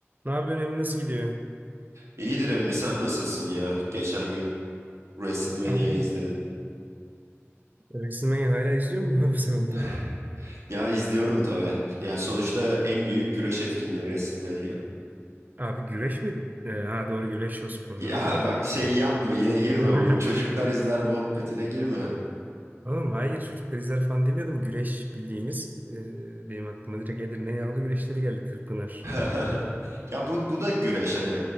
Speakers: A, on the right (about 35°); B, on the right (about 70°).
A: Ne yapıyorsun Emin nasıl gidiyor?
B: İyidir emmi sen nasılsın ya? Geçen gün WrestleMania
A: Aynen.
B: izledim.
A: Resmen hala izliyor musun <laughs> sen onları?
B: <laughs> Ya izliyorum tabii. Ya sonuçta en büyük güreş etkinliği WrestleMania.
A: Abi güreş mi? Ee, ha doğru güreş o sporuna
B: Ya
A: da doğru
B: bak şey
A: doğru.
B: yapma yine girme
A: <laughs>
B: bu çocuklar izler muhabbetine girme.
A: Oğlum hayır çocuklar izler falan demiyordum. Güreş bildiğimiz e, benim aklıma direkt Edirne yağlı güreşleri geldi Kırkpınar.
B: <laughs> Ya bu bu da güreş hani